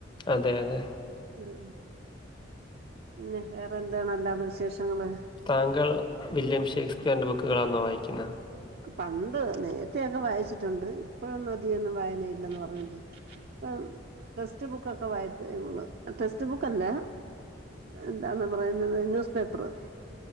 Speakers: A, on the left; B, on the right.
A: അതെ അതെ.
B: ആഹ് പിന്നെ വേറെ എന്താണ് അല്ലാതെ വിശേഷങ്ങള്
A: താങ്കൾ വില്യം ഷേക്സ്പിയറിൻ്റെ ബുക്കുകളാണോ വായിക്കുന്നത്
B: പണ്ട് നേരത്തെയൊക്കെ വായിച്ചിട്ടുണ്ട് ഇപ്പഴൊന്നും അതികൊന്നും വായനയില്ലന്ന് പറഞ്ഞില്ലേ ഇപ്പം ടെക്സ്റ്റ് ബുക്ക് ഒക്കെ വായ്പേ ഒള്ളു ടെക്സ്റ്റ്ബുക്കല്ല എന്താണ് പറയുന്നത് ന്യൂസ് പേപ്പറ്